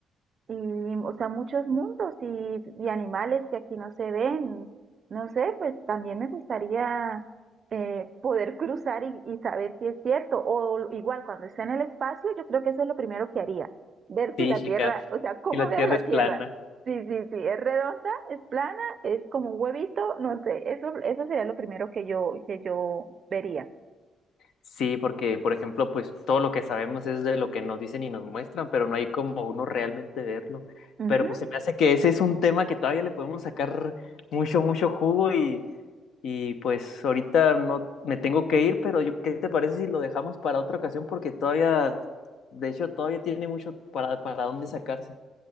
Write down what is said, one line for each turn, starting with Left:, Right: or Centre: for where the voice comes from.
Right: y, o sea, muchos mundos y, y animales que aquí no se ven. No sé, pues también me gustaría eh, poder cruzar y, y saber si es cierto. O igual, cuando esté en el espacio, yo creo que eso es lo primero que haría. Ver
Left: Sí,
Right: si la
Left: checar.
Right: Tierra, o sea, ¿cómo
Left: Si la
Right: veo
Left: tierra
Right: la
Left: es
Right: Tierra?
Left: plana.
Right: Sí, sí, sí, es redonda, es plana, es como un huevito, no sé, eso, eso sería lo primero que yo, que yo vería.
Left: Sí, porque, por ejemplo, pues todo lo que sabemos es de lo que nos dicen y nos muestran, pero no hay como uno realmente verlo.
Right: Ujú,
Left: Pero pues se me hace que ese es un tema que todavía le podemos sacar mucho, mucho jugo y Y pues ahorita no me tengo que ir, pero yo, ¿qué te parece si lo dejamos para otra ocasión? Porque todavía, de hecho, todavía tiene mucho para, para dónde sacarse.